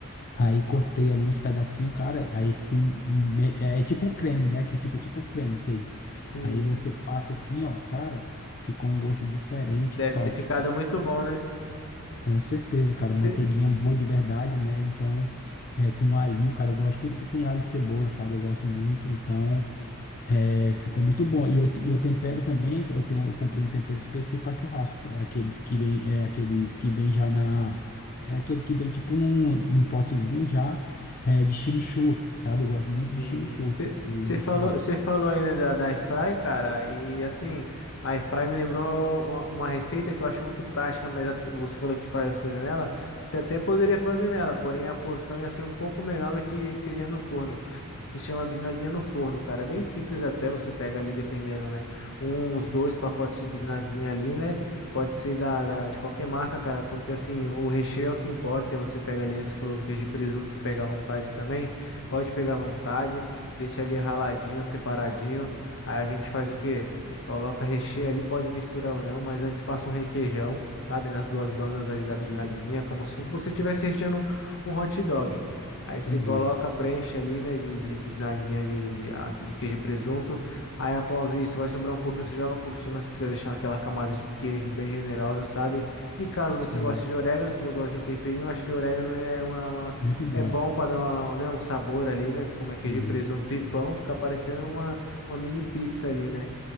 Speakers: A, on the left (about 40°); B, on the left (about 60°).
A: aí cortei ali uns pedacinhos, cara. Aí fui, me- é é tipo um creme, né? Que fica tipo um creme, isso aí.
B: Sim.
A: Aí você passa assim, ó, cara, ficou um gosto diferente,
B: Deve
A: top,
B: ter ficado muito bom, né?
A: com certeza, cara. Manteiguinha
B: E-
A: boa de verdade, né? Então, é, com alhinho, cara, eu gosto tudo que tem alho e cebola, sabe? Eu gosto muito. Então, é, ficou muito bom. E eu, e eu tempero também, eu tenho, eu comprei um tempero específico para churrasco. É aqueles que vem, é aqueles que vem já na. É aquele que vem tipo num, num potezinho já é, de chimichurri, sabe? Eu gosto muito de
B: Sim.
A: chimichurri no, no-
B: Você
A: no
B: falou,
A: churrasco.
B: você falou aí, né, da, da airfry, cara, e assim, a airfry me lembrou uma, uma receita que eu acho muito prática, mas at- você falou que faz as coisas nela, você até poderia fazer nela, porém a porção ia ser um pouco menor do que seria no forno. Se chama bisnaguinha no forno, cara, é bem simples até, você pega ali, dependendo, né, uns dois pacotes de bisnaguinha ali, né, Pode ser da, da- de qualquer marca, cara, porque assim, o recheio é o que importa, e você pega ali, né, você falou do queijo de presunto, pega à vontade também. Pode pegar à vontade, deixa ali raladinho, separadinho. Aí a gente faz o quê? Coloca recheio ali, pode misturar ou não, mas antes passa um requeijão, sabe? Nas duas bandas ali da bisnaguinha,
A: Sim,
B: como se você estivesse recheando um hot dog. Aí você
A: entendi.
B: coloca, preenche ali, né, de, de bisnaguinha de, de, ah, de queijo e presunto. Aí após isso, vai sobrar um pouquinho, você joga por cima se quiser deixar aquela camada de queijo bem generosa, sabe? E caso você
A: sim
B: goste de orégano, você falou que gosta de um temperinho, acho que orégano é uma, uma
A: Muito bom.
B: é bom para dar uma, né, um sabor ali, né? Como é queijo
A: Sim,
B: de presunto e pão, fica parecendo uma, uma mini pizza ali, né?